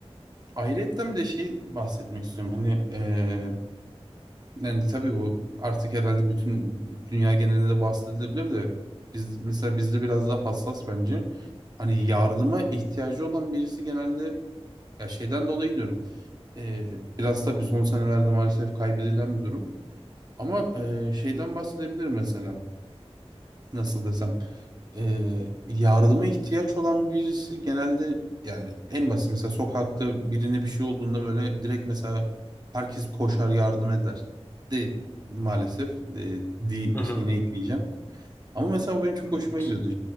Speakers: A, on the right (about 40°); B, on the left (about 20°).
A: Ayrıyetten bir de şey bahsetmek istiyorum. Hani eee yani tabii bu artık herhalde bütün dünya genelinde de bahsedilebilir de biz mesela bizde biraz daha hassas bence. Hani yardıma ihtiyacı olan birisi genelde ya şeyden dolayı diyorum. Eee, biraz tabii son senelerde maalesef kaybedilen bir durum. Ama e, şeyden bahsedebilirim mesela. Nasıl desem. e, yardıma ihtiyaç olan birisi genelde yani en basit mesela sokakta birine bir şey olduğunda böyle direkt mesela herkes koşar yardım eder. De maalesef e, di
B: Hı hı.
A: şeyine ekleyeceğim. Ama mesela bu benim çok
B: Evet.
A: hoşuma gidiyordu.